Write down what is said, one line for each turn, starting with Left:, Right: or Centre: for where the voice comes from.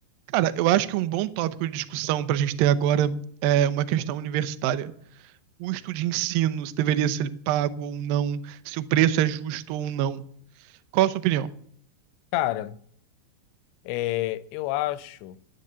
Right: Cara, eu acho que um bom tópico de discussão pra gente ter agora é uma questão universitária. Custo de ensino, se deveria ser pago ou não, se o preço é justo ou não. Qual a sua opinião?
Left: Cara, é, eu acho